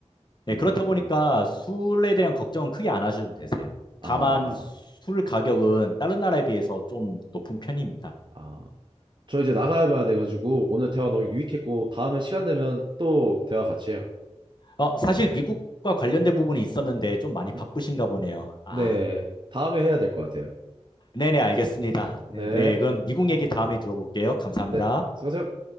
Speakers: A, on the left; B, on the right.
A: 예,
B: 음,
A: 그렇다 보니까 술에 대한 걱정은 크게 안 하셔도 되세요.
B: 아,
A: 다만 술 가격은 다른 나라에 비해서 좀 높은 편입니다.
B: 아. 저 이제 나가야 봐야 돼가지고 오늘 대화 너무 유익했고 다음에 시간 되면 또 대화 같이 해요.
A: 어, 사실 미국과 관련된 부분이 있었는데 좀 많이 바쁘신가
B: 네,
A: 보네요. 아,
B: 네. 다음에 해야 될 것 같아요.
A: 네네, 알겠습니다.
B: 네,
A: 네, 네, 그럼 미국 얘기 다음에 들어볼게요. 감사합니다.
B: 네. 수고하세요.